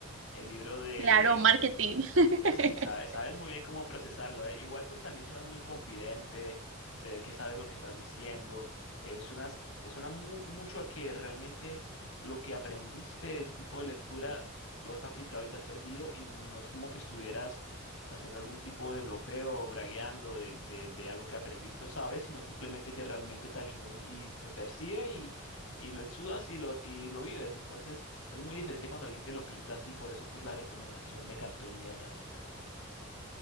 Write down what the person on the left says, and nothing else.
el libro de...
Sí, sa- sabes muy bien cómo procesarlo, ¿eh? Igual pues también suenas muy confidente, se ve que sabes lo que estás diciendo, eh, suenas, eh, suena mu- mucho a que realmente lo que aprendiste de ese tipo de lectura lo has aplicado y te ha servido y no es como que estuvieras haciendo algún tipo de blofeo o bragueando de, de, de algo que aprendiste o sabes, sino simplemente que realmente te ayudó y, y se percibe y, y lo exudas y lo, y lo vives. Entonces... Es muy diferente cuando alguien te lo pinta así, por eso pues la recomendación me captó inmediatamente.